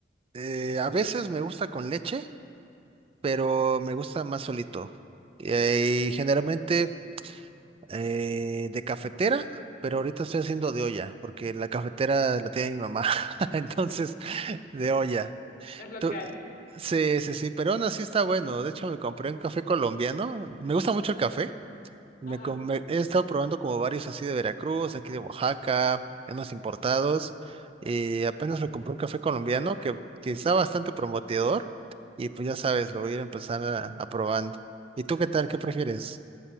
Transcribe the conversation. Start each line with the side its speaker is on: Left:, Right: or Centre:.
Right: Eh, a veces me gusta con leche, pero me gusta más solito. Eh, y generalmente eh, de cafetera, pero ahorita estoy haciendo de olla, porque la cafetera la tiene mi mamá, <laughs> entonces de olla.
Left: Es lo
Right: Tú-
Left: que hay.
Right: Sí, sí, sí, pero aún así está bueno. De hecho, me compré un café colombiano. Me gusta mucho el café. Me,
Left: Ajá.
Right: com- me- he estado probando como varios así de Veracruz, aquí de Oaxaca, unos importados. Y apenas me compré un café colombiano que, que está bastante prometedor. Y pues ya sabes, lo voy a ir a empezar a, a probando. ¿Y tú qué tal? ¿Qué prefieres?